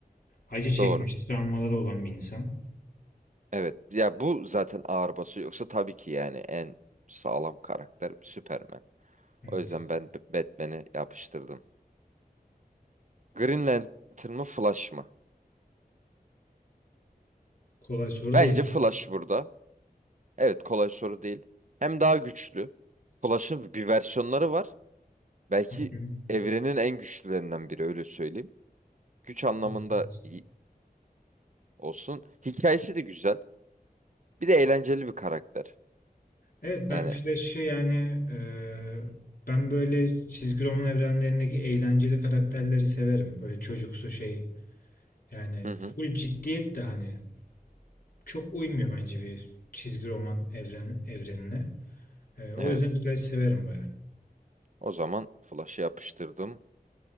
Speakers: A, on the left; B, on the right.
A: Acı çekmiş,
B: Doğru.
A: travmaları olan bir insan.
B: Evet. Ya bu zaten ağır basıyor. Yoksa tabii ki yani en sağlam karakter Superman.
A: Evet.
B: O yüzden ben B- Batman'i yapıştırdım. Green Lantern mı Flash mı?
A: Kolay soru
B: Bence
A: değil.
B: Flash burada. Evet kolay soru değil. Hem daha güçlü. Flash'ın bir versiyonları var. Belki
A: Hı hı.
B: evrenin en güçlülerinden biri öyle söyleyeyim. Güç anlamında
A: Evet evet.
B: iyi olsun. Hikayesi de güzel. Bir de eğlenceli bir karakter.
A: Evet ben
B: Yani
A: Flash'ı yani eee, ben böyle çizgi roman evrenlerindeki eğlenceli karakterleri severim. Böyle çocuksu şey yani
B: hı hı,
A: full ciddiyet de hani çok uymuyor bence bir çizgi roman evren evrenine. Ee, o
B: evet.
A: yüzden Flash severim baya.
B: O zaman Flash'ı yapıştırdım.